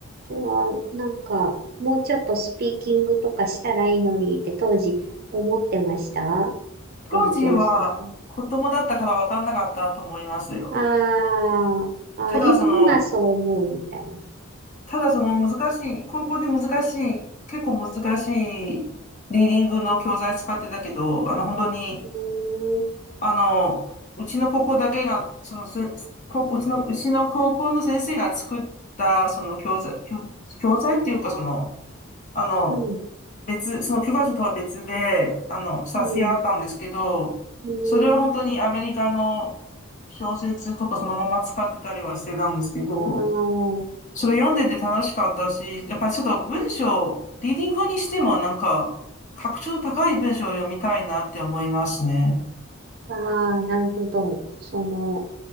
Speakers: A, on the right (about 45°); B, on the left (about 35°).
A: じゃあ、なんか、もうちょっとスピーキングとかしたらいいのにって当時思ってました
B: 当時は子供だったから分かんなかったと思いますよ。
A: 勉強してて。あーあー、
B: ただその、
A: 今、今そう思うみたいな。
B: ただその難しい、高校で難しい、結構難しいリーディングの教材使ってたけど、あの本当に、
A: うーん、
B: あの、うちの高校だけが、そのせ、こうちの、うちの高校の先生が作った、その教材、教教材っていうか、その、あの、
A: うん、
B: 別、その教科書とは別で、あの、冊子があったんですけど、
A: うん、うん。
B: それは本当にアメリカの小説とかそのまま使ってたりはしてたんですけど、
A: ああ、
B: それ読んでて楽しかったし、やっぱりちょっと文章、リーディングにしてもなんか、格調の高い文章を読みたいなって思いますね。
A: ああ、なるほど。その、